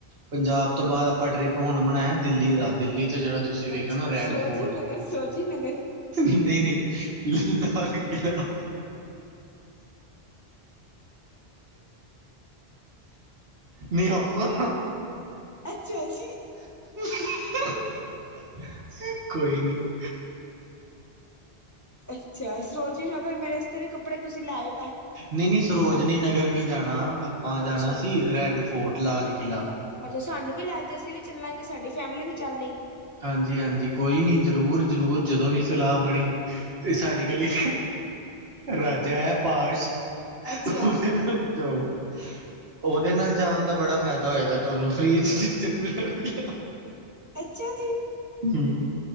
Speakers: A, on the right; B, on the left.
A: ਪੰਜਾਬ ਤੋਂ ਬਾਦ ਆਪਾਂ ਟ੍ਰਿਪ ਹੁਣ ਬਣਾਆਏ ਦਿੱਲੀ ਦਾ। ਦਿੱਲੀ ਤੋਂ ਜਿਹੜਾ ਤੁਸੀ ਵੇਖਿਆ
B: ਅੱਛਾ
A: ਹੈਨਾ ਰੈਡ
B: ਸਰੋਜੀ
A: ਫੋਰਟ।
B: ਨਗਰ ਸਰੋਜੀ ਨਗਰ
A: ਨੀ ਨੀ ਲਾਲ ਕਿਲਾ ਨੀ ਆਪਾਂ
B: ਅੱਛਾ ਜੀ।
A: <unintelligible>
B: ਅੱਛਾ, ਸਰੋਜਣੀ ਨਗਰ ਮੇਰੇ ਅਸਤੇ ਵੀ ਕੱਪੜੇ ਤੁਸੀ ਲੈ ਆਏ।
A: ਨਈ-ਨਈ, ਸਰੋਜਨੀ ਨਗਰ ਨੀ ਜਾਣਾ। ਆਪਾਂ ਜਾਣਾ
B: ਅੱਛਾ,
A: ਸੀ ਰੈਡ ਫੋਰਟ, ਲਾਲ ਕਿਲਾ।
B: ਅੱਛਾ ਸਾਨੂੰ ਵੀ ਲੈਜੋ, ਅਸੀਂ ਵੀ ਚੱਲਾਂਗੇ। ਸਾਡੀ ਫੈਮਿਲੀ ਵੀ ਚੱਲ ਲੇਗੀ।
A: ਹਾਂਜੀ-ਹਾਂਜੀ, ਕੋਈ ਨੀ ਜਰੂਰ-ਜਰੂਰ ਜਦੋਂ ਵੀ ਸਲਾਹ ਬਣੀ। ਸਾਡੀ ਗਲੀ ਰਾਜਾ ਹੈ ਪਾਸ਼
B: ਅੱਛਾ,
A: ਓਦੇ ਨਾਲ ਤੇਓ, ਓਦੇ ਨਾਲ ਜਾਨ ਦਾ ਬੜਾ ਫੈਦਾ ਹੋਏਗਾ ਤੁਆਨੂ ਫ੍ਰੀ ਚ ਚੀਜਾਂ ਮਿਲਣ ਗਿਆ
B: ਅੱਛਾ ਜੀ,
A: ਹੂੰ।